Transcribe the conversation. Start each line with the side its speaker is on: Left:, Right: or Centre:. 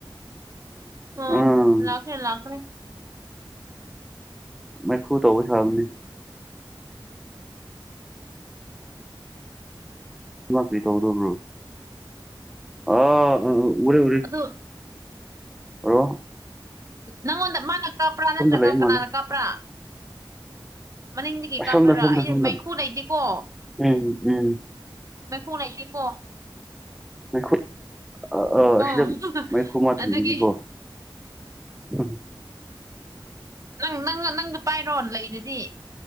Right: ꯍ
Centre: ꯑꯥ
Right: ꯂꯈꯅꯦ ꯂꯈꯅꯦ
Centre: ꯃꯩꯈꯨ ꯇꯧꯕ ꯁꯥꯕꯅꯦ ꯂꯥꯛꯄꯤ ꯇꯧꯗꯧꯕ꯭ꯔꯣ ꯑ ꯎꯔꯦ ꯎꯔꯦ
Right: ꯑꯗꯨ
Centre: ꯍꯂꯣ
Right: ꯅꯪꯉꯣꯟꯗ ꯃꯥꯅ ꯀꯥꯞꯄ꯭ꯔꯥ ꯅꯠꯇ꯭ꯔꯒ
Centre: ꯂꯩ
Right: ꯀꯅꯥꯅ
Centre: ꯃꯥꯜꯂꯦ
Right: ꯀꯥꯞꯄ꯭ꯔꯥ ꯃꯅꯤꯡꯗꯤ ꯀꯩ
Centre: ꯑꯁꯣꯝꯗ
Right: ꯀꯥꯞꯄꯣꯏꯔꯥ
Centre: ꯑꯁꯣꯝꯗ
Right: ꯑꯩꯅ
Centre: ꯑꯁꯣꯝꯗ
Right: ꯃꯩꯈꯨ ꯂꯩꯗꯤꯦꯀꯣ
Centre: ꯎꯝ ꯎꯝ
Right: ꯃꯈ ꯍꯅꯁꯤ ꯀꯣ
Centre: ꯃꯩꯈꯨ ꯑ
Right: ꯎꯝ
Centre: ꯑꯁꯤꯗ ꯃꯩꯈꯨ ꯑꯃ ꯊꯝꯕꯤꯒꯦꯀꯣ
Right: ꯑꯗꯨꯒꯤ
Centre: ꯎꯝ
Right: ꯅꯪ ꯅꯪ ꯅꯪꯒ ꯄꯥꯏꯔꯣ ꯂꯩꯔꯗꯤ